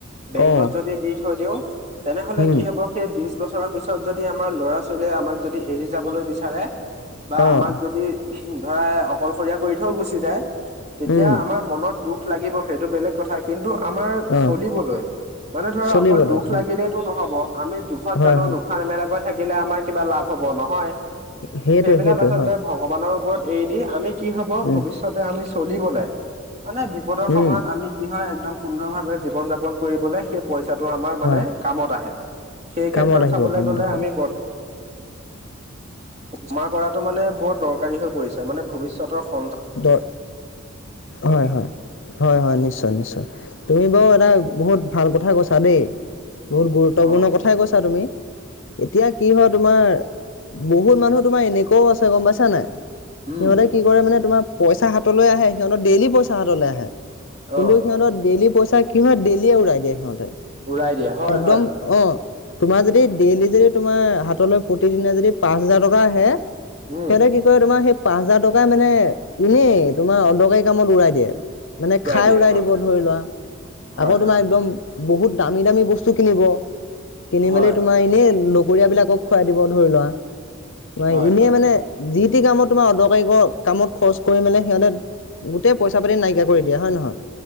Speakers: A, on the right (about 35°); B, on the left (about 65°).
A: বেংকত
B: অ',
A: যদি দি থৈ দিও তেনেহলে
B: উম,
A: কি হব সেই বিশ বছৰ ল পিছত যদি আমাৰ ল'ৰা ছোৱালীয়ে আমাক যদি এৰি যাবলৈ বিচাৰে বা
B: অ',
A: আমাক যদি ধৰা অকলশৰীয়া কৰি থৈও গুচি যায় তেতিয়া
B: উম,
A: আমাৰ মনত দুখ দুখ লাগিব সেইটো বেলেগ কথা কিন্তু আমাৰ
B: অ',
A: চলিবলৈ মানে ধৰা
B: চলিবলৈ
A: অকল দুখ
B: অ',
A: লাগিলেইটো ন হব আমি দুখত
B: হয়,
A: জানো
B: হয়,
A: নোখাৱা নেমেলাকৈ থাকিলে আমাৰ কিবা লাভ হব নহয়।
B: সেইটোৱে,
A: সেইবিলাক
B: সেইটোৱে
A: আচলতে
B: হয়,
A: ভগৱানৰ ওপৰত এৰি দি আমি কি হব
B: উম,
A: ভৱিষ্যতে আমি চলিবলে মানে বিপদৰ সময়ত
B: উম,
A: আমি কি হয় একদম সুন্দৰভাৱে জীৱন যাপন কৰিবলে সেই পইচাটো আমাৰ মানে
B: হয়,
A: কামত আহে সেই
B: কামত
A: কেত্ৰত
B: আহিব,
A: চাবলৈ
B: কামত
A: গলে
B: আহিব,
A: আমি ব জমা কৰাটো মানে বৰ দৰকাৰী হৈ পৰিছে মানে ভৱিষ্যতৰ সন্তান
B: দ হয়
A: মানে
B: হয় হয় হয় নিশ্চয় নিশ্চয় তুমি বাও এটা বহুত ভাল কথা কৈছা দেই বহুত গুৰুত্বপূৰ্ণ
A: অ
B: কথাই কৈছা তুমি এতিয়া কি হয় তোমাৰ বহুত মানুহ তোমাৰ এনেকোৱাও আছে গম পাইছা নাই
A: উম
B: সিহঁতে কি কৰে মানে তোমাৰ পইচা হাতলৈ আহে সিহঁতৰ ডেইলি পইচা হাতলৈ আহে
A: অ
B: কিন্তু সিহঁতৰ ডেইলি পইচা তে কি হয় ডেইলি উৰাই দিয়ে সিহঁতে
A: উৰাই দিয়ে হয়
B: একদম
A: হয়
B: অ', তোমাৰ যদি ডেইলি যদি তোমাৰ হাতলৈ প্ৰতিদিনে যদি পাঁচ হাজাৰ টকা আহে
A: উম
B: সিহঁতে কি কয় তোমাৰ সেই পাঁচ হাজাৰ টকাই মানে এনেই তোমাৰ অদৰকাৰী কামত উৰাই দিয়ে মানে খাই
A: দিয়ে
B: উৰাই
A: হয়
B: দিব ধৰি লোৱা
A: হয়
B: আকৌ তোমাৰ
A: হয়
B: একদম বহুত দামী -দামী বস্তু কিনিব কিনি
A: হয়
B: মেলি তোমাৰ এনেই লগৰীয়াবিলাকক খোৱাই দিব ধৰি লোৱা তোমাৰ
A: হয়
B: এনে
A: হয়
B: মানে যি তি কামত তোমাৰ অদৰকাৰী কামত খৰচ কৰি মেলে সিহঁতে গোটেই পইচা পাতি নাইকিয়া কৰি দিয়ে হয় নে নহয়